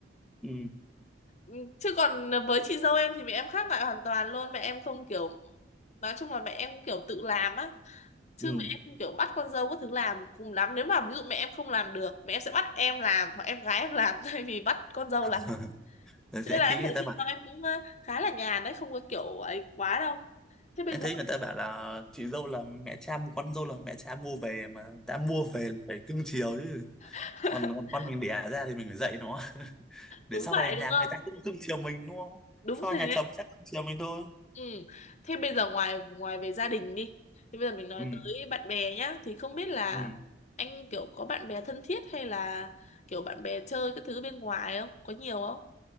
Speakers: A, in the centre; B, on the left.
A: ừ
B: Ừ, chứ còn với chị dâu em thì mẹ em khác lại hoàn toàn luôn mẹ em không kiểu nói chung là mẹ em kiểu tự làm á chứ
A: ừ.
B: mẹ em không kiểu bắt con dâu có thứ làm cùng lắm nếu mà ví dụ mẹ em không làm được mẹ em sẽ bắt em làm hoặc em gái em làm <laughs> thay vì bắt con dâu
A: <laughs>
B: làm
A: Rồi
B: cho
A: anh
B: nên là
A: thấy
B: em thấy
A: người ta
B: chị
A: bảo
B: dâu em cũng ờ, khá là nhàn đấy không có kiểu ấy quá đâu thế bây
A: anh
B: giờ
A: thấy người ta bảo là chị dâu là mẹ cha con dâu là mẹ cha mua về mà đã mua về là phải cưng chiều chứ
B: <laughs>
A: còn con con mình đẻ ra thì mình phải dạy nó <laughs> để
B: đúng
A: sau
B: vậy
A: này nhà
B: đúng không
A: người ta cũng cưng chiều mình đúng không
B: đúng
A: sau
B: thế
A: nhà chồng chắc cưng chiều mình thôi
B: Ừ. Thế bây giờ ngoài ngoài về gia đình đi thì bây giờ mình nói
A: ừ.
B: tới bạn bè nhá thì không biết là
A: Ừ.
B: anh kiểu có bạn bè thân thiết hay là kiểu bạn bè chơi các thứ bên ngoài không có nhiều không